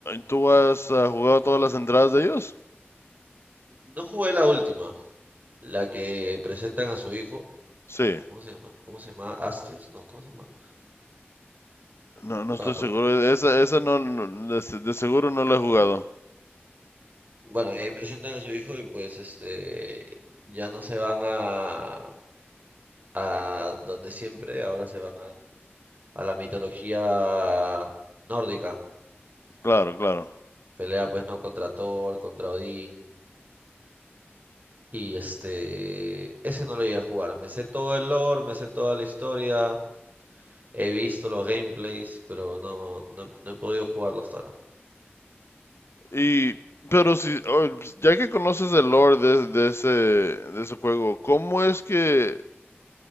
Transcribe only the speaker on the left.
tú has, ah, jugado todas las entradas de ellos?
Sí.
No, no estoy
seguro.
Esa, esa no, no- de, se- de seguro no la he jugado.
Claro, claro.
Y, pero si, oh, pues, ya que conoces el lore de, de ese, de ese juego, ¿cómo es que,